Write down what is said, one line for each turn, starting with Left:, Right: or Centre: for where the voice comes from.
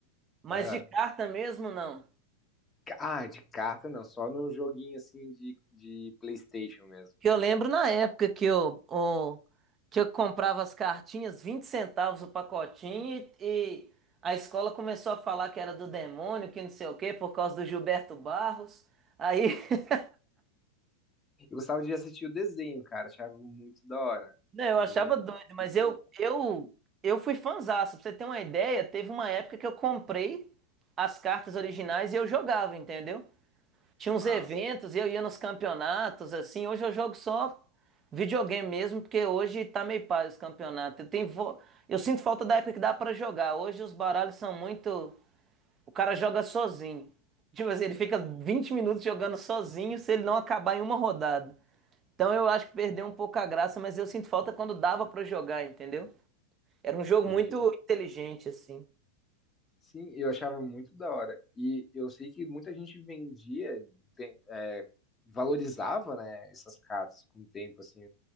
Right: mas
Left: Aham.
Right: de carta mesmo não.
Left: Ca- Ah, de carta não, só no joguinho, assim, de, de PlayStation mesmo.
Right: Que eu lembro na época que eu, o- que eu comprava as cartinhas, 20 centavos o pacotinho, e, e a escola começou a falar que era do demônio, que não sei o quê, por causa do Gilberto Barros. Aí, <laughs>
Left: Eu gostava de assistir o desenho, cara, achava muito da hora
Right: né, eu
Left: do,
Right: achava doido, mas
Left: do jogo.
Right: eu, eu, eu fui fãzaço. Pra você ter uma ideia, teve uma época que eu comprei as cartas originais e eu jogava, entendeu? Tinha
Left: Mas,
Right: uns eventos e eu ia nos campeonatos, assim. Hoje eu jogo só videogame mesmo, porque hoje tá meio pai os campeonatos. Eu tenho vo- eu sinto falta da época que dá pra jogar. Hoje os baralhos são muito. O cara joga sozinho. Tipo assim, ele fica 20 minutos jogando sozinho se ele não acabar em uma rodada. Então eu acho que perdeu um pouco a graça, mas eu sinto falta quando dava pra jogar, entendeu? Era um jogo
Left: entendi.
Right: muito inteligente, assim.
Left: Sim, eu achava muito da hora. E eu sei que muita gente vendia, tem- é, valorizava, né, essas cartas com o tempo, assim.